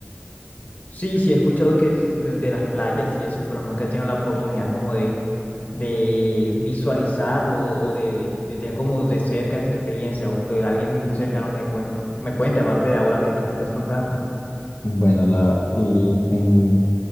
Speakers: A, on the left; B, on the left.
A: Sí, sí he escuchado que es el de las playas y eso, pero nunca he tenido la oportunidad como de, de visualizarlo o de, de- de tener como de cerca esa experiencia o que alguien cercano me cuente, me cuente, aparte de ahora que tú me estás contando.
B: Bueno, la, l- en